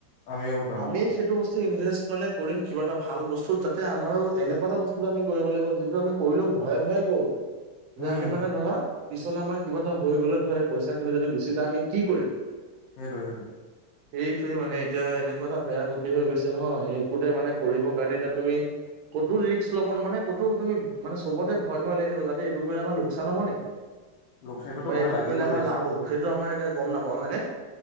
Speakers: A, on the left; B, on the right.
A: আমি এইবোৰ দাম
B: আমিয়েই
A: অ
B: সেইটো বস্তু ইনভেষ্ট মানে কৰিম কিবা এটা ভাল বস্তু যাতে আমাৰো এনেকুৱা এটা বস্তু আমি কৰিব লাগিব যিটো আমি কৰিলেও ভয়ে ভয়ে কৰো‌। যে
A: উম
B: আমি মানে ধৰা পিছলে আমাৰ কিবা এটা হৈ গ'লে ধৰা এই পইচা খিনি যদি গুচি যায় আমি কি কৰিম
A: সেইটোৱেই সেইটোৱেই,
B: সেইটোৱে মানে এতিয়া এনেকুৱা এটা বেয়া গতি হৈ গৈছে নহয় সেই কোতে মানে কৰিবৰ কাৰণে এতিয়া তুমি, ক'তো ৰিস্ক ল'ব মানে ক'তো তুমি চবতে ভয় ভয় লাগি থিব যাতে এইটো কৰিলে আমাৰ লোকচান হ'ব নেকি
A: লোক সেইটোতো
B: বা
A: ভয়
B: এইটো
A: লাগিবই
B: কৰিলে আমাৰ
A: দিয়াচোন
B: লাভ হ'ব সেইটো আমাৰ এতিয়া গম নাপাওঁ হয়নে